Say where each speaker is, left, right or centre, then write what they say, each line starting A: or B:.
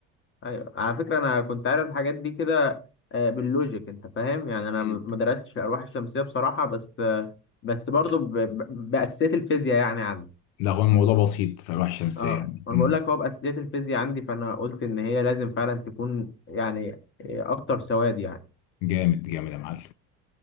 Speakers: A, on the left (about 35°); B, on the left (about 85°).
A: أيوه على فكرة أنا كنت عارف الحاجات دي كده آه، باللوجيك أنت فاهم يعني أنا
B: مم.
A: م- ما درستش الألواح الشمسية بصراحة بس آه، بس برضه ب... ب... بأساسيات الفيزياء يعني عندي
B: لا هو الموضوع بسيط في الالواح الشمسيه
A: أه
B: يعني
A: وأنا
B: مم.
A: بقول لك هو بأساسيات الفيزياء عندي فأنا قلت إن هي لازم فعلا تكون يعني آه، أكتر سواد يعني
B: جامد جامد يا معلم